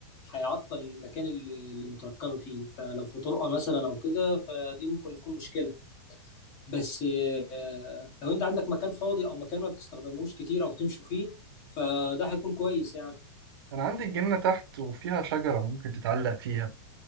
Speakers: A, on the left; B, on the right.
A: هيعطل المكان اللي اللي متركبة فيه فلو في طرقة مثلا أو كده فدي ممكن تكون مشكلة بس آه، لو انت عندك مكان فاضي او مكان ما بتستخدموش كتير او تمشوا فيه فده هيكون كويس يعني
B: انا عندي الجنة تحت وفيها شجرة ممكن تتعلق فيها